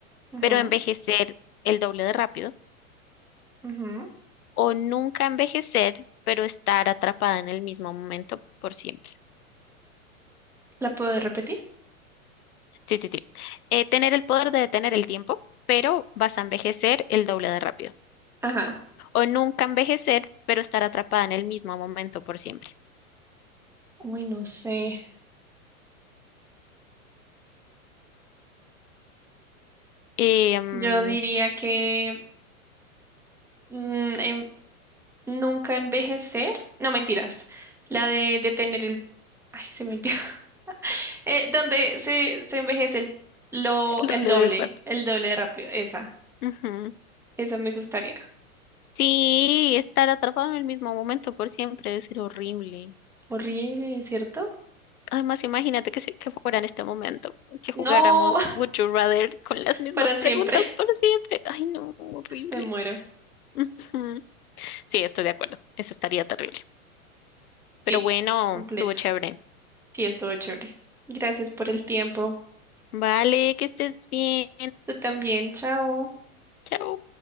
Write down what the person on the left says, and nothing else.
pero envejecer el doble de rápido?
¿O nunca envejecer, pero estar atrapada en el mismo momento por siempre?
Sí, sí, sí. Eh, tener el poder de detener el tiempo, pero vas a envejecer el doble de rápido.
¿O nunca envejecer, pero estar atrapada en el mismo momento por siempre?
Eh, mm,
el
doble
de rápido.
Ujú.
Sí, estar atrapado en el mismo momento por siempre debe ser horrible.
Además, imagínate que, se- que fuera en este momento, que
jugáramos Would You Rather con
las mismas
preguntas
por siempre. Ay, no, horrible.
Ujú. Sí, estoy de acuerdo. Eso estaría terrible. Pero
bueno,
estuvo chévere.
Vale, que estés bien.
Chao.